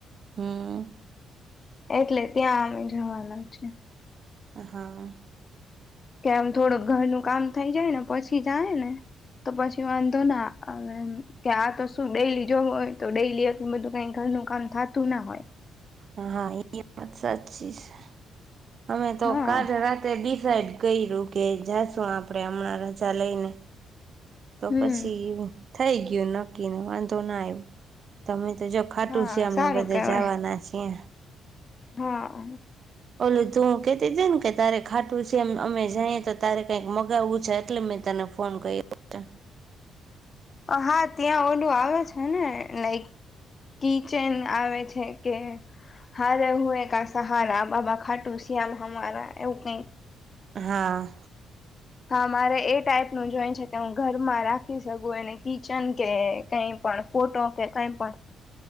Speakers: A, on the right; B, on the left.
A: હમ્મ.
B: એટલે ત્યાં અમે જવાના છીએ.
A: હા.
B: કે આમ થોડુંક ઘરનું કામ થઈ જાય ને પછી જાય ને તો પછી વાંધો નાહ આવે એમ કે આ તો શું ડેઈલી જોવું હોય તો ડેઈલી એટલું બધું કઈ નું કંઠાતું ના હોય
A: હા એ <inaudible> વાત સાચી છે, અમે તો
B: હા
A: કાલ રાતે ડિસાઇડ કયરૂ કે જાશું આપણેે હમણાં રજા લઈને તો
B: હમ
A: પછી થઈ ગયું નક્કીન વાંધો ના આવ્યો તમે તો જો ખાટું
B: હા
A: શ્યામ
B: સારું
A: ને બધા
B: કેવાય
A: જવાના છીએ
B: હા.
A: ઓલું તું કેતીતી ને કે તારે ખાટું શ્યામ અમે જઈએ તો તારે કઈક મગાવવું છે? એટલે મે તને ને ફોન કર્યો તને
B: હા ત્યાં ઓલું આવે છે ને લાઈક કિચેન આવે છે કે હારે હું એ કા સહારા બાબા ખાટું શ્યામ હમારા એવું કઈક
A: હા.
B: હા મારે એ ટાઈપ નું જોય છે કે હું ઘરમાં રાખી શકું એને કિચન કે કઈ પણ ફોટો કે કઈ પણ.